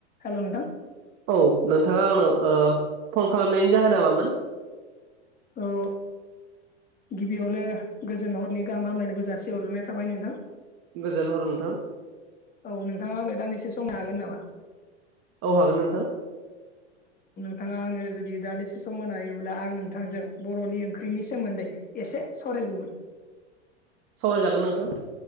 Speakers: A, on the left; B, on the right.
A: हेलौ नोंथां
B: औ नोंथांङा आंनो फान खालामनायनि जाहोन नामामोन
A: औ गिबियावनो गोजोन हरनि गाहाम हामलायनायखौ जासे हर्रोनाय थाबाय नोंथां
B: गोजोनहर नोंथां
A: औ नोंथांङा आंलै दान्दिसे संनो हागोन नामा
B: औ हागोन नोंथां
A: नोंथांङा आंनो जुदि दान्दिसे सम मोन हायोब्ला आं नोंथांजों बर'नि ओंख्रिनि सोमोन्दै एसे सराय <unintelligible> <unintelligible>
B: सावरायजागोन नोंथां